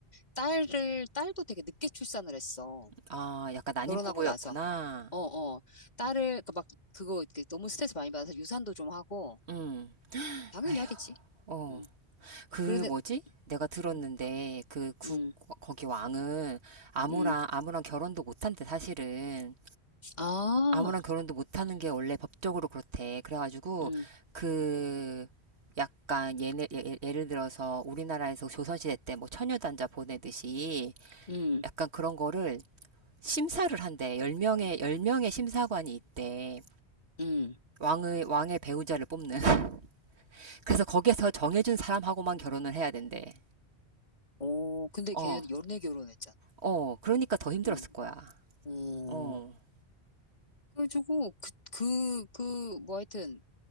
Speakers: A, on the left (about 40°); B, on the right (about 85°).
A: 딸을, 딸도 되게 늦게 출산을 했어.
B: 아, 약간 난임
A: 결혼하고
B: 부부였구나.
A: 나서. 어, 어. 딸을, 그 막, 그거 이렇게 너무 스트레스 많이 받아서 유산도 좀 하고,
B: 응.
A: 당연히
B: 아휴.
A: 하겠지.
B: 어.
A: 음.
B: 그
A: 그런데,
B: 뭐지? 내가 들었는데
A: 음,
B: 그 국,
A: 음,
B: 거기 왕은 아무랑
A: 음.
B: 아무랑 결혼도 못한대 사실은.
A: 아,
B: 아무랑 결혼도 못하는 게 원래 법적으로 그렇대. 그래가지고
A: 음,
B: 그 약간 예를, 예, 예, 예를 들어서 우리나라에서 조선시대 때 뭐 처녀단자 보내듯이
A: 음,
B: 약간 그런 거를 심사를 한대. 10명의 열 명의 심사관이 있대.
A: 음.
B: 왕의 왕의 배우자를 뽑는. <laughs> 그래서 거기에서 정해준 사람하고만 결혼을 해야 된대.
A: 오, 근데
B: 어.
A: 걔네 연애 결혼했잖아.
B: 어, 그러니까 더 힘들었을
A: 응,
B: 거야.
A: 음.
B: 어,
A: 그래가지고, 그, 그, 그, 뭐 하여튼,